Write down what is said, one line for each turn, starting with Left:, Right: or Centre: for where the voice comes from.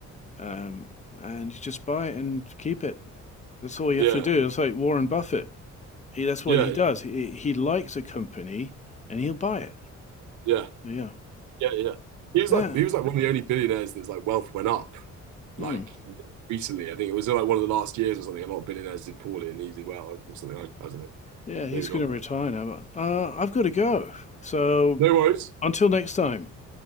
Left: um, and you just buy it and keep it. That's all you
Right: Yeah,
Left: have to do. It's like Warren Buffett. He, that's what
Right: yeah,
Left: he does.
Right: yeah,
Left: He he likes a company and he'll buy it.
Right: yeah,
Left: Yeah,
Right: yeah, yeah. He was
Left: yeah,
Right: like he was like one of the only billionaires that's like wealth went up like
Left: Hmm.
Right: recently. I think it was like one of the last years or something. A lot of billionaires did poorly and he did well or something. I, I don't know.
Left: yeah. He's
Right: Maybe
Left: going
Right: not.
Left: to retire now, but uh, I've got to go. So
Right: No worries.
Left: until next time.